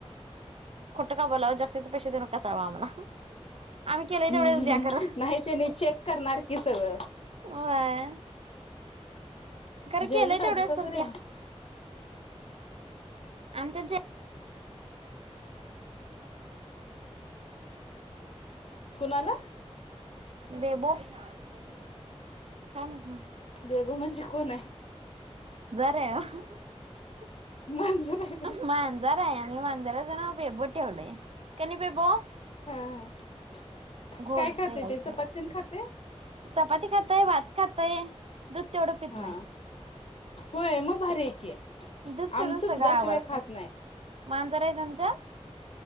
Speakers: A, on the right (about 60°); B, on the left (about 60°).
A: खोटं का बोलावं जास्तीचे पैसे देऊन कसावां आम्हाला आम्ही केलंय
B: नाही
A: तेवढेच द्या खरं
B: त्यानी चेक करणार की सगळं
A: होय. खरं
B: जेवलीत
A: केलंय
B: आज
A: तेवढ्या
B: सासऱ्या
A: तर द्या. आमच्यात जे <unintelligible> <unintelligible>
B: कुणाला
A: बेबो काय माहिती
B: बेबी म्हणजे कोण हाय?
A: <inaudible>
B: मांजर हाय व्हय.
A: ओ मांजर आहे आम्ही मांजराचं नाव बेबो ठेवलंय कणी बेबो
B: हां हां.
A: घोरतय
B: काय खाते
A: हाय
B: ते चपात तेन खाते
A: चपाती खाताय भात खाताय. दूध तेवढं पित
B: हा
A: नाही.
B: होय मग भारी आहे की,
A: दूध सोडून
B: आमचं
A: सगळं
B: दुधाशिवाय
A: आवडते
B: खात नाही
A: मांजर आहे तुमच्यात